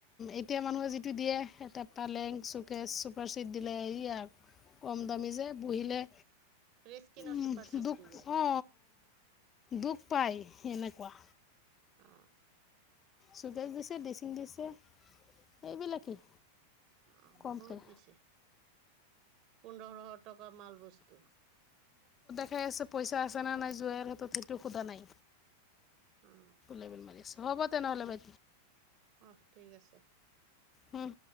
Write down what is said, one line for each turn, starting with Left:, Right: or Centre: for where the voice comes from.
Left: এতিয়া মানুহে যিটো দিয়ে এটা পালেং শ্বকেছ চোফাৰ ছেট দিলে। সেইয়া কম দামী যে বহিলে।
Right: প্ৰেছ কিনৰ
Left: উ
Right: চুপাৰ চিটটো
Left: দুখ
Right: যে
Left: অ দুখ পায়। সেনেকুৱা।
Right: অ।
Left: শ্বকেছ দিছে দিছে ড্ৰেছিং দিছে এইবিলাকেই।
Right: অ
Left: কমকৈ
Right: বহুত দিছে পোন্ধৰ। টকা মাল বস্তু।
Left: খাই আছে পইচা আছে নে নাই জোঁৱাইৰ হাতত সেইটো সোধা নাই
Right: অঁ
Left: লেবেল মাৰি আছে। হ'ব তেনেহ'লে বা।
Right: অহ ঠিক আছে।
Left: উম।